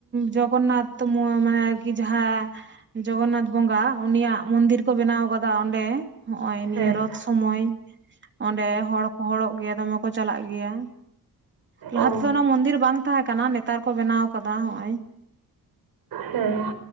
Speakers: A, on the right; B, on the right.
A: ᱡᱠᱷᱚᱱᱟᱛ ᱛᱚ ᱢ ᱢᱟᱱᱮ ᱟᱨᱠᱤ ᱡᱟᱦᱟᱸ ᱡᱚᱜᱚᱱᱱᱟᱛᱷ ᱵᱚᱸᱜᱟ ᱩᱱᱤᱭᱟᱜ ᱢᱚᱱᱫᱤᱨ ᱠᱚ ᱵᱮᱱᱟᱣ ᱟᱠᱟᱫᱟ ᱚᱸᱰᱮ ᱱᱚᱜ ᱚᱭ
B: ᱦᱮᱸ
A: ᱱᱤᱭᱟᱹ ᱨᱚᱛ ᱥᱢᱚᱭ ᱚᱸᱰᱮ ᱦᱚᱲ ᱠᱚ ᱦᱚᱲᱚᱜ ᱜᱮᱭᱟ ᱫᱚᱢᱮ ᱠᱚ ᱪᱟᱞᱟᱜ ᱜᱮᱭᱟ ᱞᱟᱦᱟ
B: ᱚ
A: ᱛᱮᱫᱚ ᱚᱱᱟ ᱢᱚᱱᱫᱤᱨ ᱵᱟᱝ ᱛᱟᱦᱮᱸ ᱠᱟᱱᱟ ᱱᱮᱛᱟᱨ ᱠᱚ ᱵᱮᱱᱟᱣ ᱟᱠᱟᱱᱟ ᱠᱟᱫᱟ ᱦᱚᱸᱜᱼᱚᱭ
B: ᱦᱮᱸ